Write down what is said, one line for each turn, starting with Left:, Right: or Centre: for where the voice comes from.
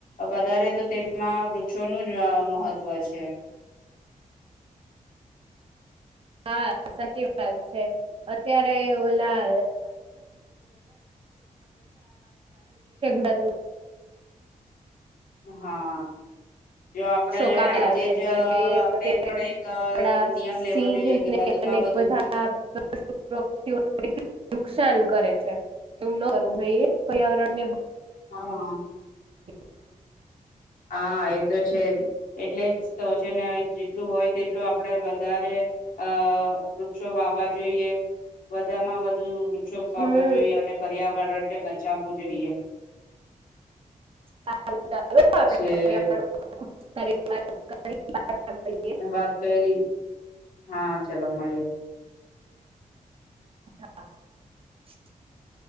Left: વધારે તો તેમાં વૃક્ષોનું જ અહ મહત્વ છે.
Right: હા, સાચી વાત છે. અત્યારે ઓલા <inaudible>
Left: હા. જો આપણે
Right: ષો કપેલા
Left: આજે
Right: છે
Left: જ
Right: તો
Left: આપણે
Right: એ અત્યારે
Left: પણ એક
Right: આપડા
Left: નિયમ લેવો
Right: સિંહને
Left: જોઈએ કે વધુમાં
Right: અને
Left: વધુ
Right: બધાતિ <inaudible> નુકસાન કરે છે. એવું ના કરવું જોઈએ પર્યાવરણ ને
Left: હા.
Right: <inaudible> <inaudible>
Left: હા, એ તો છે જ. એટલે જ તો છે ને જેટલું હોય તેટલું આપડે વધારે અહ વૃક્ષો વાવવા જોઈએ વધામાં વધુ વૃ ષો વાવા
Right: હમ
Left: જોઈએ અને પ પર્યાવરણને બચાવવું જોઈએ.
Right: સારું <inaudible> આપડે
Left: જે
Right: <inaudible> મળીએ
Left: મેં વાત કંઈરી. હા ચલો મળીએ.
Right: <unintelligible>